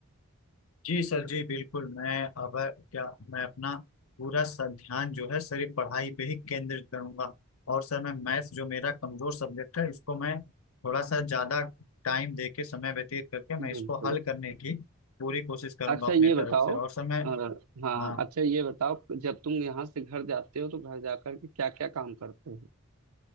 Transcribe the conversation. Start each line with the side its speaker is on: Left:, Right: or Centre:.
Left: जी सर जी बिल्कुल मैं अब क्या मैं अपना पूरा स- ध्यान जो है सर ये पढ़ाई पे ही केंद्रित करूंगा और सर मैं मैथ्स जो मेरा कमजोर सब्जेक्ट है इसको मैं थोड़ा सा ज्यादा टाइम दे के समय व्यतीत करके मैं इसको
Right: बिल्कुल
Left: हल करने की पूरी कोशिश करूंगा
Right: अच्छा
Left: अपनी
Right: ये
Left: तरफ
Right: बताओ
Left: से और
Right: अ,
Left: सर मैं
Right: हाँ हाँ,
Left: हाँ
Right: अच्छा ये बताओ जब तुम यहाँ से घर जाते हो तो घर जाकर के क्या क्या काम करते हो